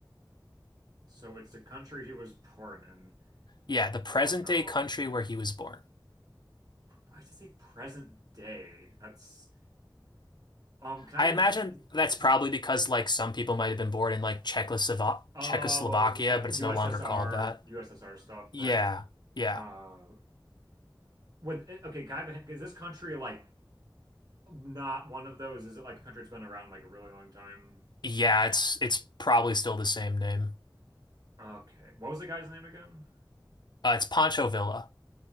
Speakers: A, on the right; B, on the left.
A: So it's the country he was born in.
B: Yeah, the present
A: Oh no.
B: day country where he was born.
A: Why does it say present day? That's um. Can
B: I
A: I have
B: imagine
A: a hint? Is- is-
B: that's
A: is-
B: probably because like some people might have been born in like Czechoslovakia,
A: oh,
B: Czechoslovakia,
A: like
B: but it's
A: USSR,
B: no longer called that.
A: USSR stuff,
B: Yeah,
A: right?
B: yeah,
A: Uh, with okay. Can I have a hint? Is this country like not one of those? Is it like a country that's been around like a really long time?
B: yeah. It's it's probably still the same name.
A: Okay. What was the guy's name again?
B: Uh, it's Pancho Villa.